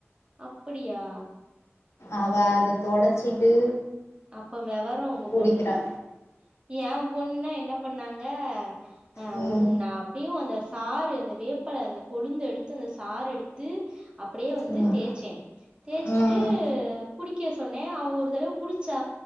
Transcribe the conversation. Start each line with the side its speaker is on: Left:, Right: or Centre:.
Right: அப்டியா
Left: அவ அத தொடச்சிட்டு
Right: அப்ப விவரோ உங்க
Left: குடிக்கிறா
Right: பொண்ணு எ பொண்ணுனா என்ன பண்ணாங்க ஆ
Left: ம்
Right: ஒன் நா அப்புயூ அந்த சாறு அந்த வேப்பல அந்த கொழுந்து எடுத்து அந்த சாறு எடுத்து அப்டியே வந்து
Left: ம்
Right: தேய்ச்சே தேய்ச்சுட்டு
Left: ம்
Right: குடிக்க சொன்னே அவ ஒரு தடவ ச்சா